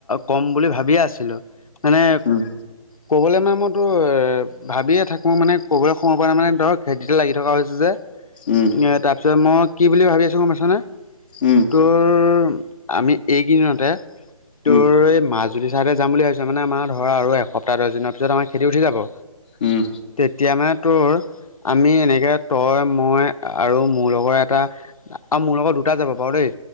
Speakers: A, on the left; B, on the left.
A: ক'ম বুলি ভাবিয়ে আছিলোঁ। মানে
B: উম
A: ক'বলে মানে মই তোৰ ভাবিয়ে থাকোঁ মানে ক'বলে সময়ৰ পোৱা নাই মানে ধৰক খেতিতে লাগি থকা হৈছে যে এ
B: উম
A: তাৰ পিছত মই কি বুলি ভাবি আছো গমা পাইছানে?
B: উম
A: তোৰ আমি এইকেইদিন তোৰ
B: উম
A: মাজু লি চাইডে যাম বুলি ভাবছো। মানে আমাৰ ধৰা আৰু এসপ্তাহ দহ দিনৰ পিছত আমাৰ খেতি উঠি যাব।
B: উম।
A: তেতিয়া মানে তোৰ, আমি এনেকৈ তই, মই আৰু মোৰ লগৰ এটা আৰু মোৰ লগত দুটা যাব পাৰ, দেই